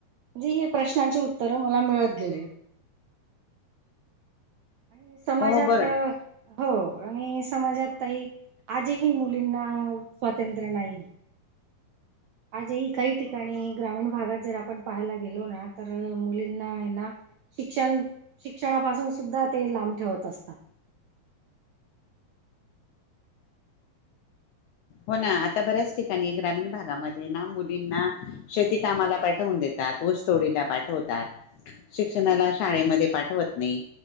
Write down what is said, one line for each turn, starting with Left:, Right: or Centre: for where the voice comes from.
Right: जी हे प्रश्नांची उत्तर मला मिळत गेले. आणि समाजात
Left: हो हो बरं
Right: अ हो, आणि समाजात ताई आजही मुलींना स्वातंत्र्य नाही. आजही काही ठिकाणी ग्रामीण भागात जर आपण पाहायला गेलो ना तर, मुलींना आहे ना शिक्षण शिक्षणापासून सुद्धा ते लांब ठेवत असतात.
Left: हो ना आता बऱ्याच ठिकाणी ग्रामीण भागामध्ये ना मुलींना शेती कामाला पाठवून देतात. तात ऊस तोडीला पाठवतात, शिक्षणाला शाळेमध्ये पाठवत नाही.